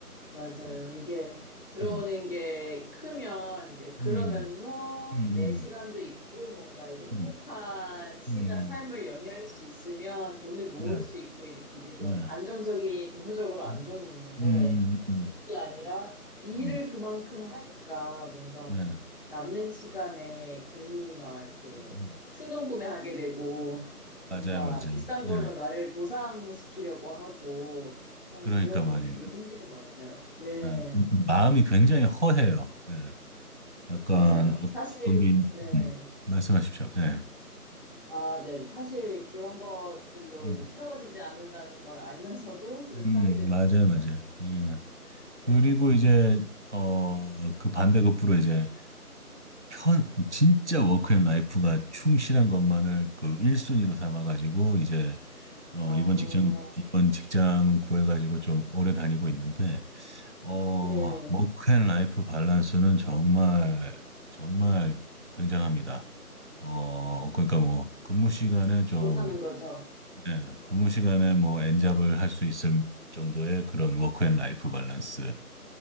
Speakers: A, on the left; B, on the right.
A: 맞아요.
B: 되게,
A: 이게 들어오는
B: 음.
A: 게 크면 이제 그러면서
B: 음, 음,
A: 내 시간도 있고 뭔가 이제 행복한
B: 음,
A: 시가
B: 음,
A: 삶을 영위할 수 있으면 돈을 모을
B: 네,
A: 수 있고 이제 그게 좀
B: 네.
A: 안정적인 정서적으로 안정이
B: 음,
A: 있는데
B: 음, 음,
A: 그게 아니라 일을
B: 음,
A: 그만큼 하니까 뭔가
B: 네.
A: 남는 시간에 괜히 막 이렇게
B: 음.
A: 충동 구매하게 되고 <laughs> 뭔가
B: 맞아요, 맞아요.
A: 비싼 걸로
B: 예.
A: 나를 보상시키려고 하고 하는
B: 그러니까
A: 그런
B: 말이에요.
A: 부분들이 생기는 것 같아요. 네,
B: 예. 그 마음이 굉장히 허해요. 예. 약간
A: 맞아요. 사실,
B: 어떤 게, 있-
A: 네.
B: 음, 말씀하십시오. 예.
A: 아, 네. 네. 사실 그런 것들로
B: 음,
A: 이제 채워지지 않는다는 걸 알면서도 그렇게
B: 음,
A: 하게 되는
B: 맞아요,
A: 것 같아요.
B: 맞아요. 예.
A: 네.
B: 그리고 이제, 어, 그 반대급부로 이제 편, 진짜 워크앤 라이프가 충실한 것만을 그 1순위로 삼아가지고 이제 어,
A: 아,
B: 이번 직장, 이번 직장 구해가지고 좀 오래 다니고 있는데, 어,
A: 네.
B: 워크앤 라이프 밸런스는 정말, 정말 굉장합니다. 어, 그러니까 뭐, 근무 시간에 좀,
A: 좋다는 거죠.
B: 예, 근무 시간에 뭐, 엔잡을
A: 네.
B: 할 수 있을 정도의 그런 워크앤 라이프 밸런스거든요.